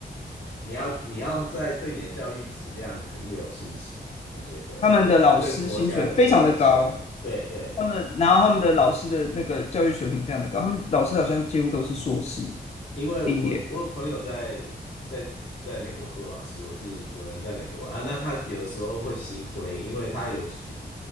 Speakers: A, on the left; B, on the left.
A: 你要你要在对你的教育质量很有信心，我觉得对国家的教育质量很，
B: 他们的老师薪水非常的高，
A: 对对，
B: 他们然后他们的老师的那个教育水平非常的高，他们老师好像几乎都是硕士
A: 因为我我有朋友在在在美国做老师，
B: 毕业。
A: 我是我人在美国啊，那他有的时候会心灰，因为他有学，